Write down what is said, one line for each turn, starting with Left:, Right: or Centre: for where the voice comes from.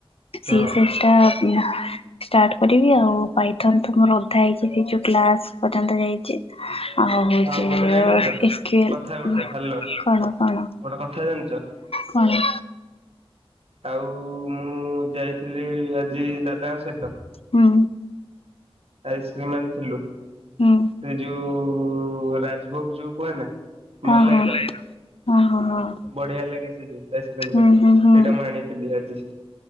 Left: ସେ
Right: ହଁ
Left: ସେେଷ ଟା- ଷ୍ଟଟ୍ କରିବି ଆଉ ପାଇଥାନ୍ ତ ମୋର ଅଧା ହେଇଛି ଗ୍ସ ପର୍ଯ୍ୟନ୍ତ ଯାଇଛି ଆଉ
Right: ହଁ ଗୋଟେ ଜାଣିଛ
Left: ସ୍କିଲ
Right: କଥା ଗୋଟେ
Left: <unintelligible>
Right: ହାଲୋ
Left: କଣ କଣ
Right: ଗୋଟେ କଥା ଜାଣିଛ
Left: କଣ-
Right: ଆଉ ମୁଁ ଯାଇଥିଲି ଆଜି ଦାଦାଙ୍କ ସହିତ
Left: ହୁଁ
Right: ଆଇସ୍କ୍ରିମ ଆଣିଥିଲୁ <inaudible>
Left: ହୁଁ
Right: ସେ ଯୋଉ ରାଜଭୋଗ ଯୋଉ କୁହେ ନା
Left: ହଁ
Right: ମଲାଇ
Left: ହଁ
Right: ର
Left: ହଁ
Right: <inaudible>
Left: ହଁ ହଁ।
Right: ବଢିଆ ଲାଗେ ସେ ଯୋଉ ଆଇସ୍କ୍ରିମ
Left: ହୁଁ
Right: ଟା
Left: ହୁଁ ହୁଁ
Right: ସେଇଟା ମୁଁ ଆଣିଥିଲି ଆଜି